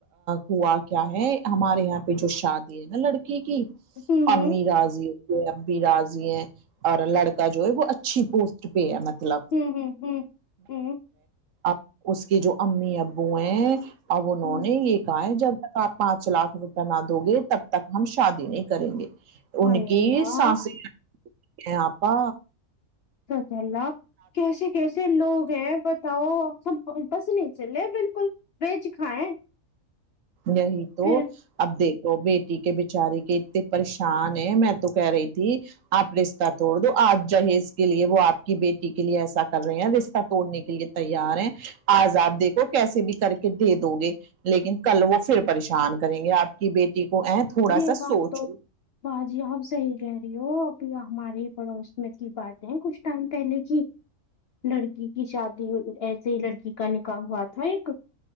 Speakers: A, on the right (about 65°); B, on the left (about 60°).
A: ہوا کیا ہے ہمارے یہاں پہ جو شادی نا لڑکی کی
B: ہوں
A: امی
B: ہوں
A: راضی ابی راضی ہیں اور لڑکا جو ہے وہ اچھی پوس کے پی ہے مطلب
B: ہوں ہوں ہوں ہوں
A: اب اس کے جو امی ابو ہیں اب انہوں
B: ہوں
A: نے یہ کہا ہے جب تک آپ پانچ لاکھ روپے نہ دو گے تب تک ہم شادی نہیں کریں گے ان
B: ہائے
A: کی
B: اللہ
A: ساس <unintelligible> ہیں آپا
B: سچ اللہ کیسے کیسے لوگ ہیں بتاؤ سب بس نہیں چلے بالکل بیچ کھائیں
A: یہی تو
B: پھر
A: اب دیکھو بیٹی کے بیچاری کے اتنے پریشان ہیں میں تو کہہ رہی تھی آپ رشتہ توڑ دو آپ جہیز کے لیے وہ آپ کی بیٹی کے لیے ایسا کر رہے ہیں رشتہ توڑنے کے لیے تیار ہیں آج آپ دیکھو کیسے بھی کر کے دے دو گے لیکن کل وہ پھر پریشان کریں گے آپ کی بیٹی کو ا تھوڑا
B: یہ
A: سا سوچ
B: بات تو
A: لو
B: باجی آپ صحیح کہہ رہی ہو ابھی ہمارے پڑوس کی بات ہے کچھ ٹائم پہلے کی لڑکی کی شادی ہو ایسے ہی لڑکی کا نکاح ہوا تھا ایک